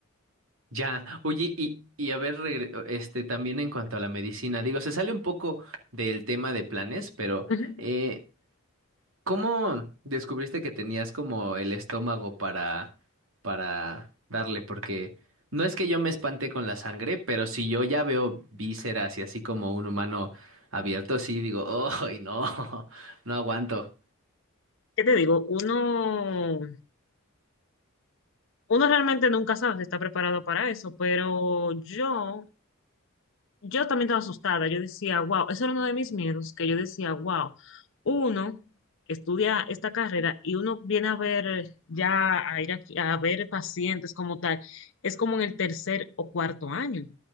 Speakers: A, on the right; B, on the left.
A: Ya. Oye, y, y a ver, regre- este, también en cuanto a la medicina, digo, se sale un poco del tema de planes, pero
B: <laughs> Ujú.
A: eh, ¿Cómo descubriste que tenías como el estómago para, para darle? Porque no es que yo me espante con la sangre, pero si yo ya veo vísceras y así como un humano abierto, sí digo, ¡ay, no! <laughs> No aguanto.
B: ¿Qué te digo? Uno, uno realmente nunca sabe si está preparado para eso, pero yo yo también estaba asustada. Yo decía, wow, eso era uno de mis miedos, que yo decía, wow, uno estudia esta carrera y uno viene a ver ya, a ir aquí, a ver pacientes como tal, es como en el tercer o cuarto año.